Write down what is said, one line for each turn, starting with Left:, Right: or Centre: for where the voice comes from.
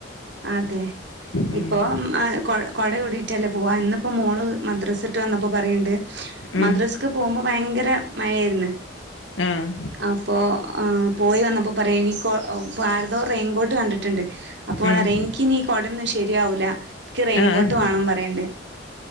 Right: അതെ
Left: ഉം
Right: ഇപ്പൊ അ കൊ കൊട ചൂടി റ്റല്ലേ പോവ ഇന്ന് ഇപ്പം മോള് മദ്രസ് ട്ട് വന്നപ്പോ പറയുന്നുണ്ട്
Left: ഉം
Right: മദ്രസക്ക് പോകുമ്പം ഭയങ്കര മഴ ആയിരുന്ന്
Left: ആഹ്
Right: അപ്പോ ആഹ് പോയി വന്നപ്പോ പറയാ ഇനി കോ ഓ ഇപ്പ ആരതോ റെയിൻകോട്ട് കണ്ടിട്ടുണ്ട് അപ്പോ ഓള്
Left: ഉം
Right: പറയുവാ ഇൻക്ക് ഇനി ഈ കൊടയൊന്നും ശരിയാവൂല എനിക്ക് റെയിൻകോട്ട്
Left: ആഹ്
Right: വേണം പറയണ്ട്